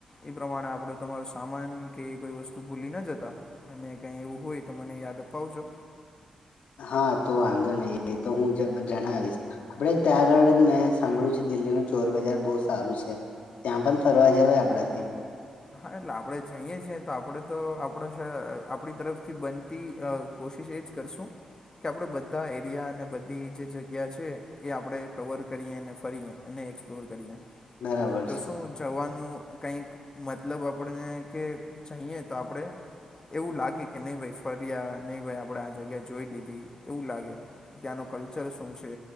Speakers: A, on the left; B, on the left.
A: એ પ્રમાણે આપડો તમારો સામાન કે કોઈ વસ્તુ ભૂલી ન જતા, અને કઈ એવું હોય તો મને યાદ અપાવજો
B: હા તો વાંધો નઈ એ તો હું જ જણાવીશ આપડે ત્યાં આગળ મેં સાંભળું છે દિલ્હીનું ચોર બજાર બઉ સારું છે ત્યાં પન ફરવા જવાય આપડાથી
A: હા એટલે આપડે જઈએ છીએ તો આપડે તો આપડા શ આપડી તરફથી બનતી અ કોશિશ એ જ કરશું કે આપડે બધા એરિયા અને બધી જે જગ્યા છે એ આપડે કવર કરીએ અને ફરીએ અને એક્સપ્લોર કરીએ
B: બરાબર
A: તો
B: છે
A: શું ચવાનું કાંઈક મતલબ આપડને કે ચણીએ તો આપડે એવું લાગે કે નઈ ભાઈ ફર્યા નઈ ભાઈ આપડે આ જગ્યા જોઈ લીધી એવું લાગે ત્યાંનો કલ્ચર શું છે